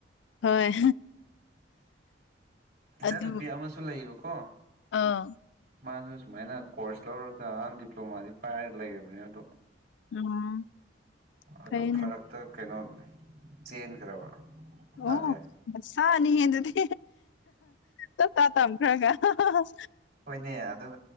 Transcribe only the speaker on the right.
ꯏꯆꯥ
ꯅꯨꯨꯄꯤ ꯑꯃꯁꯨ ꯂꯩꯌꯦꯕꯀꯣ
ꯃꯥꯁꯨ ꯁꯨꯃꯥꯏꯅ ꯀꯣꯔꯁ ꯂꯧꯔꯒ ꯗꯤꯄ꯭ꯂꯣꯃꯥꯗꯤ ꯄꯥꯏꯔꯒ ꯂꯩꯔꯕꯅꯤ ꯑꯗꯣ
ꯑꯗꯨ
ꯐꯔꯛꯇ ꯀꯩꯅꯣ ꯆꯦꯟꯈ꯭ꯔꯕ ꯃꯥꯁꯦ
ꯣꯏꯅꯦ ꯑꯗꯨ